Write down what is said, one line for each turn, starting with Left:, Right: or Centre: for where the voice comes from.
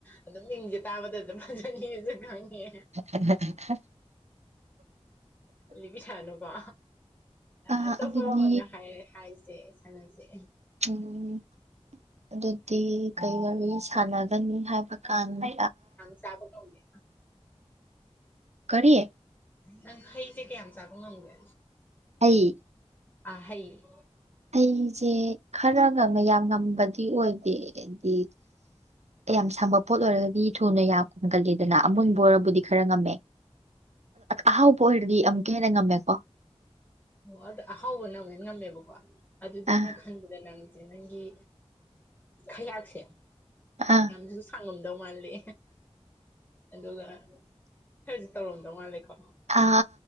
Left: ꯑꯗꯨꯝ ꯃꯤꯡꯁꯦ ꯇꯥꯕꯗ ꯑꯗꯨꯝ ꯐꯖꯅꯤꯖꯦ ꯈꯪꯉꯦ
Right: <unintelligible>
Left: ꯂꯤꯕꯤꯔꯛꯑꯥ ꯅꯨꯀꯦ
Right: ꯑ
Left: ꯑꯇꯣꯞꯄ
Right: ꯑꯗꯨꯗꯤ
Left: ꯑꯃ ꯑꯣꯏꯅ ꯍꯥꯏ ꯍꯥꯏꯁꯦ ꯁꯥꯟꯅꯁꯦ
Right: ꯎꯝ ꯑꯗꯨꯗꯤ ꯀꯩ ꯋꯥꯔꯤ ꯁꯥꯟꯅꯒꯅꯤ ꯍꯥꯏꯕ ꯀꯥꯟꯗ
Left: ꯆꯥꯕꯉꯝꯒꯦ
Right: ꯀꯔꯤ
Left: ꯅꯪ ꯍꯩꯁꯦ ꯀꯌꯥꯝ ꯆꯥꯕ ꯉꯝꯒꯦ
Right: ꯍꯩ
Left: ꯑ ꯍꯩ
Right: ꯑꯩꯁꯦ ꯈꯔꯒ ꯃꯌꯥꯝ ꯉꯝꯕꯗꯤ ꯑꯣꯏꯗꯦ ꯍꯥꯏꯗꯤ ꯌꯥꯝ ꯁꯪꯕ ꯄꯣꯠ ꯑꯣꯏꯔꯒꯗꯤ ꯊꯨꯅ ꯌꯥꯝ ꯀꯨꯟꯒꯜꯂꯤꯗꯅ ꯑꯃꯨꯟꯕ ꯑꯣꯏꯔꯕꯨꯗꯤ ꯈꯔ ꯉꯝꯃꯦ ꯑꯍꯥꯎꯕ ꯑꯣꯏꯔꯗꯤ ꯑꯃꯨꯛꯀ ꯍꯦꯟꯅ ꯉꯝꯃꯦꯀꯣ
Left: ꯑꯣ ꯑꯗ ꯑꯍꯥꯎꯕ ꯅꯪ ꯍꯅ ꯉꯝꯃꯦꯕꯀꯣ ꯑꯗꯨꯗꯤ ꯑꯩꯅ
Right: ꯑꯥ
Left: ꯈꯟꯕꯗ ꯅꯪ ꯆꯦ ꯅꯪꯒꯤ ꯈꯌꯥꯥꯛꯁꯦ
Right: ꯑꯥ
Left: ꯑꯗꯨꯝ ꯁꯥꯡꯉꯝꯗꯧ ꯃꯥꯜꯂꯦ ꯑꯗꯨꯒ ꯈꯁꯨ ꯇꯧꯔꯝꯗꯧ ꯃꯥꯜꯂꯦꯀꯣ
Right: ꯑ